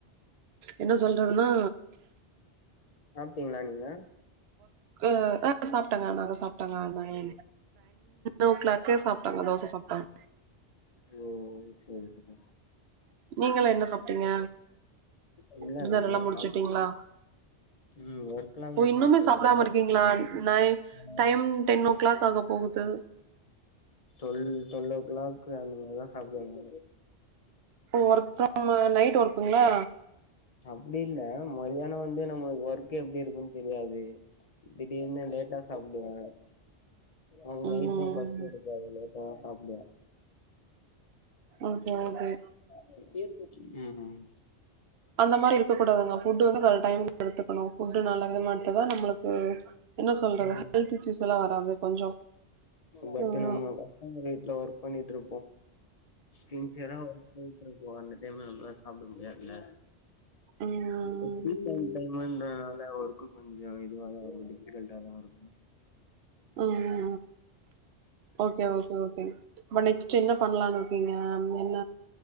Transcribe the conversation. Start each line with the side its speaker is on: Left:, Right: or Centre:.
Right: என்ன சொல்றதுனா
Left: சாப்ட்டீங்களா நீங்க
Right: அ அ சாப்ட்டங்க நாங்க சாப்டங்க நா ஏ ஓ கிளாக்கே சாப்டேங்க தோச சாப்டேங்க
Left: ஓ சரிங்க
Right: நீங்களா என்ன சாப்ட்டீங்க
Left: இல்லங்க
Right: டின்னர்
Left: இன்னு
Right: எல்லா முடிச்சுட்டீங்களா
Left: சாப்ல உம் ஒர்க் எல்லா
Right: ஓ
Left: முடுஞ்சுருச்சு
Right: இன்னுமே சாப்டாம இருக்கீங்களா
Left: <unintelligible>
Right: night time ten o'clock ஆக போகுது
Left: டுவெல் டுவெல் ஓ கிளாக் அந்த மாரிதா சாப்டுவேங்க
Right: ஒர்க் ஃபிரம் நைட் ஒர்க்குங்களா
Left: அப்டி இல்ல மதியானோ வந்து நம்ம ஒர்க் எப்டி இருக்குன் தெரியாது திடீர்னு லேட்டா சாப்டுவோ அ <unintelligible>
Right: ம்
Left: நைட்டு பசி எடுக்காதுல்ல இப்பதா சாப்டுவோ <unintelligible>
Right: ஓகே ஓகே
Left: ம் ம்
Right: அந்த மாரி இருக்கக்கூடாதுங்க ஃபுட்டு வந்து அதோட டைம்க் எடுத்துக்கனு ஃபுட்டு நல்ல விதமா எடுத்தா தா நம்மளுக்கு என்ன சொல்றது
Left: ம்
Right: ஹெல்த் இஸ்யூஸ் எல்லா வராது கொஞ்சோ
Left: பட்டு
Right: ம்
Left: நம்ம கஸ்டமர் வீட்ல ஒர்க் பண்ணிட்ரு சின்சியரா ஒர்க் பண்ணிட்ருப்போ அந்த டைம்ல நம்ளால் சாப்ட முடியாதில்ல
Right: ம்
Left: சீசன் டைமுன்றதுனால ஒர்க்கு கொஞ்சோ இதுவா தா <inaudible> முடியு கிரண்ட்டாவு இருக்கு
Right: அப்டியா ஓகே ஓகே ஓகே ப நெக்ஸ் டு என்ன பண்லான் இருக்கீங்க என்ன